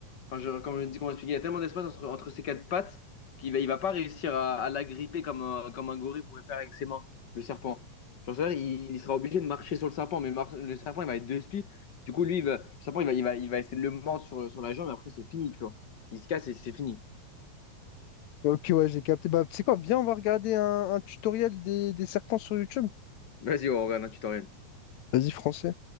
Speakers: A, on the left; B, on the left.
A: Enfin, je, comme je dis, comment expliquer, il y a tellement d'espace entre, entre ses quatre pattes qu'il va, il va pas réussir à, à la gripper comme un, comme un gorille pourrait faire avec ses mains, le serpent. Genre, c'est-à-dire, il, il sera obligé de marcher sur le serpent, mais mar- le serpent, il va être deux spies. Du coup, lui, il va, le serpent, il va, il va, il va essayer de le mordre sur, sur la jambe, et après, c'est fini, tu vois. Il se casse et c'est fini.
B: Ok, ouais, j'ai capté. Bah, tu sais quoi, viens, on va regarder un, un tutoriel des, des serpents sur YouTube.
A: Vas-y, on regarde, tu t'en
B: Vas-y, français.